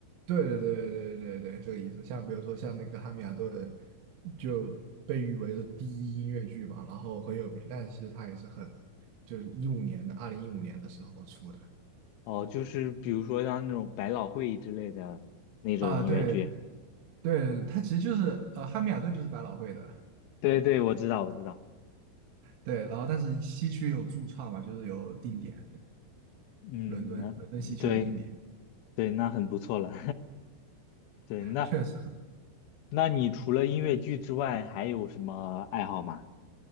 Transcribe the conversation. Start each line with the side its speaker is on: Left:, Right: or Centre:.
Right: 对对对对对对这个意思。像比如说像那个《汉密尔顿》，就被誉为是第一音乐剧嘛，然后很有名，但是其实它也是很就是一五年的二零一五年的时候出的
Left: 哦，就是比如说像那种百老汇之类的那种音乐剧。
Right: 啊，对对对，它其实就是呃《汉密尔顿》就是百老汇的。
Left: 对对，我知道，我知道。
Right: 对，然后但是西区有驻唱嘛，就是有定点，
Left: 嗯，
Right: 伦敦伦敦西区有定点，
Left: 那对对，那很不错了。<laughs> 对，那
Right: 确实
Left: 那你除了音乐剧之外，还有什么爱好吗？